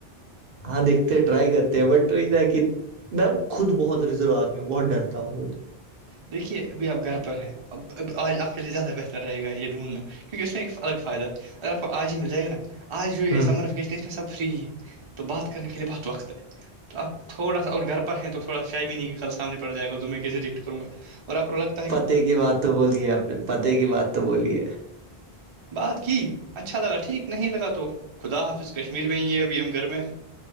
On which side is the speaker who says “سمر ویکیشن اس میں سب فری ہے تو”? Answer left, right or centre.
Right